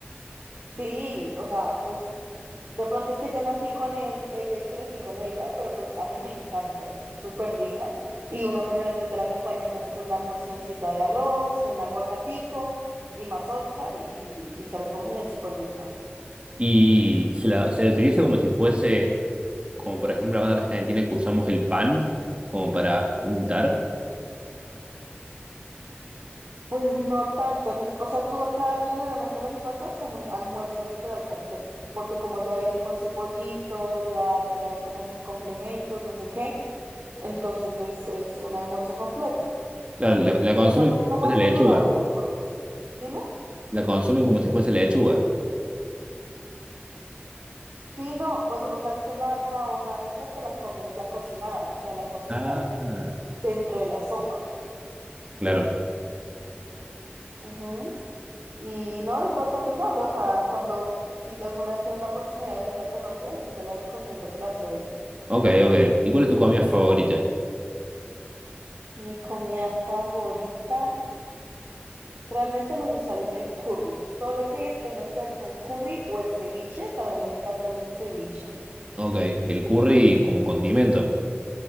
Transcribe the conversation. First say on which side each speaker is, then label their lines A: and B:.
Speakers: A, on the right (about 70°); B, on the right (about 30°).
A: Sí, o sea, pues de pronto es que yo nací con es- ella y crecí con ella, pero pues a mí me encanta, es súper rica y uno generalmente la acompaña como con una porcioncita de arroz, un aguacatico y mazorca y, y se la come, es súper rica.
B: Y se la, se la utiliza como si fuese, como por ejemplo acá en Argentina que usamos el pan como para untar.
A: Pues no tanto, n- o sea, tú acá generalmente la encuentras como un almuerzo literal completo, porque como ya viene con su pollito, ya trae como sus complementos, no sé qué, entonces es, es un almuerzo completo.
B: Claro, la, la consumen
A: O sea, no
B: como
A: es
B: si
A: lo más
B: fuese lechuga.
A: saludable, por- dime.
B: La consumen como si fuese lechuga.
A: Sí, no, pues, o sea, es que la, la hoja esta te la comes ya cocinada, o sea, la cocinas
B: Ah.
A: dentro de la sopa.
B: Claro.
A: Ujú. Y no, es bastante sabrosa. Cuando, si alguna vez tienes la oportunidad de venir a Colombia, sí te la recomiendo que la pruebes.
B: Ok, ok. ¿Y cuál es tu comida favorita?
A: Mi comida favorita, realmente me gusta el, el curry. Todo lo que tenga que ver con curry o el ceviche, también me encanta el ceviche.
B: Ok, el curry como condimento.